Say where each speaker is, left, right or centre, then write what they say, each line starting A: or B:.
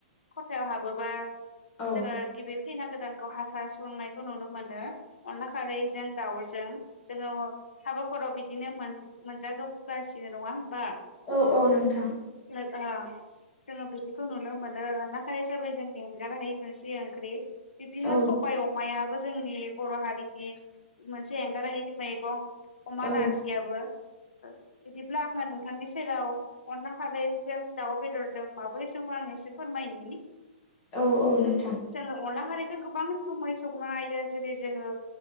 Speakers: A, on the left; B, on the left.
A: खथायाव हाबोबा
B: औ
A: जोङो गिबि खैना गोदानखौ हाथा सुंनायखौ नुनो मोनो अनला खारैजों दाउजों जोङो साबाफोराव बिदिनो मोन मोनजागोब बुगासिनो नङा होमबा
B: औ औ नोंथां
A: ओ जोङो बिदिखौ नुनो मोनो अला खार हिसाबै जोंनि एंगारहाय नोंसि ओंख्रि बिबदिनो
B: औ
A: सबायाइ अमायाबो जोंनि बर' हारिनि मोनसे एंगारहै मैगं अमा
B: औ
A: नारजियाबो बिदिब्ला आङो नोंथांनि सेराव अनला खारैजों दाउ बेदरजों माबोरै सम आं एसे फोरमायगोन
B: औ औ नोंथां
A: जोंङो अनला खारै गोबां रोखोमै संनो हायो जेरै जोंङो